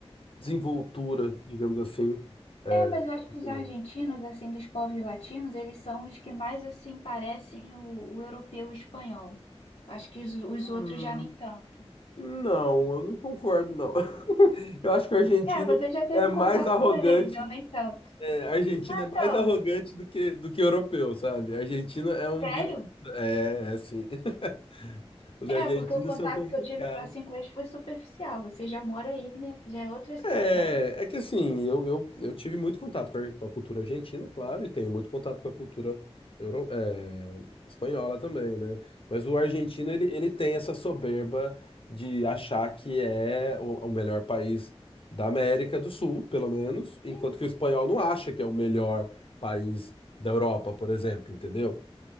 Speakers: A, on the left (about 55°); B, on the left (about 85°).
A: desenvoltura, digamos assim, é,
B: É, mas eu acho
A: brasileira.
B: que os argentinos, assim, dos povos latinos, eles são os que mais, assim, parecem o, o europeu e o espanhol. Eu Acho que os, os
A: Hum,
B: outros já nem tanto.
A: Não, eu não concordo, não. <laughs> Eu acho que o argentino
B: É, você já teve
A: é mais
B: contato
A: arrogante
B: com eles, eu nem tanto.
A: É, argentino é
B: Então,
A: mais arrogante do que, do que europeu, sabe? Argentino é um
B: sério?
A: bicho. É, é assim. <laughs> Os argentinos
B: É, porque o contato
A: são complicados.
B: que eu tive assim com eles foi superficial. Você já mora aí, né? Já é outra situação.
A: É, é que assim, eu, eu, eu tive muito contato com a com a cultura argentina, claro, e tenho muito contato com a cultura euro, é, espanhola também, né? Mas o argentino, ele, ele tem essa soberba de achar que é o, o melhor país da América do Sul, pelo menos, enquanto
B: Ih,
A: que o espanhol não acha que é o melhor país da Europa, por exemplo, entendeu?